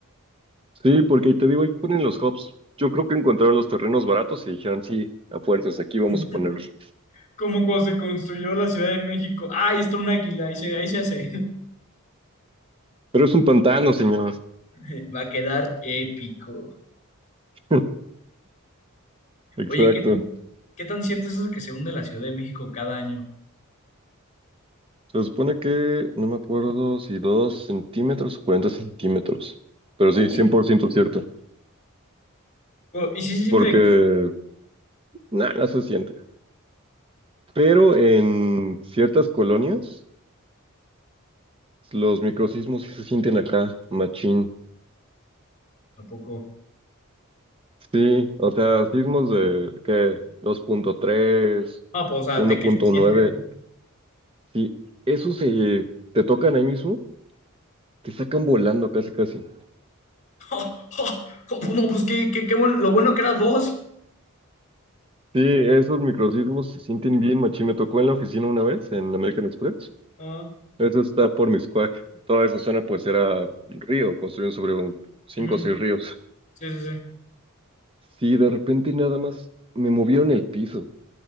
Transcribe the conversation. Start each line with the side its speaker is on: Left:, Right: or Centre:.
Right: Sí, porque ahí te digo, ahí ponen los hubs. Yo creo que encontraron los terrenos baratos y dijeron, sí, a fuerzas, aquí vamos
Left: <laughs>
Right: a ponerlos.
Left: Como cuando se construyó la Ciudad de México. Ah, ahí está un águila, ahí se, ahí se hace.
Right: Pero es un pantano, señor.
Left: <laughs> Va a quedar épico.
Right: <laughs> Exacto.
Left: Oye, ¿qué, qué tan cierto es eso que se hunde la Ciudad de México cada año?
Right: Se supone que, no me acuerdo si 2 centímetros o 40 centímetros. Pero
Left: Oh,
Right: sí, 100% cierto.
Left: oh, y si se siente
Right: Porque
Left: de que...
Right: nada, no se siente. Pero en ciertas colonias, los microsismos sí se sienten acá, machín.
Left: Tampoco.
Right: Sí, o sea, sismos de, ¿qué? 2.3,
Left: Ah, pues, o sea,
Right: 1.9.
Left: de que se siente. <laughs>
Right: Sí, esos se te tocan ahí mismo, te sacan volando casi, casi.
Left: Oh, oh, oh, pues no, pues qué, qué, qué bueno, lo bueno que era dos.
Right: Sí, esos microsismos se sienten bien, machín. Me tocó en la oficina una vez, en American Express.
Left: Ah,
Right: Eso está por Miscuac. Toda esa zona, pues, era río, construyeron sobre un cinco
Left: ujú.
Right: o seis ríos.
Left: Sí, sí, sí.
Right: Sí, de repente nada más me movieron el piso.